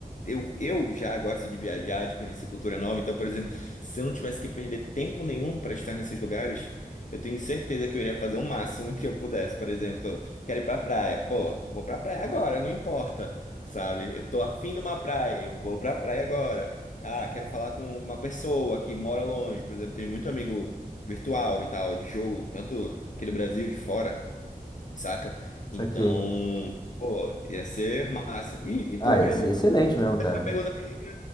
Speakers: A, on the left; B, on the left.
A: eu, eu já gosto de viajar, de conhecer cultura nova. Então, por exemplo, se eu não tivesse que perder tempo nenhum para estar nesses lugares, eu tenho certeza que eu iria fazer o máximo que eu pudesse. Por exemplo, quero ir pra praia. Pô, vou pra praia agora, não importa, sabe? Eu tô afim de uma praia, eu vou pra praia agora. Ah, quero falar com uma pessoa que mora longe. Por exemplo, tenho muito amigo virtual e tal, de jogo, tanto aqui do Brasil, de fora saca?
B: Saquei.
A: Então, pô, ia ser massa. E, e
B: Ah,
A: tu,
B: ia
A: Breno?
B: ser excelente mesmo, cara.
A: Essa pergunta pra mim, pra,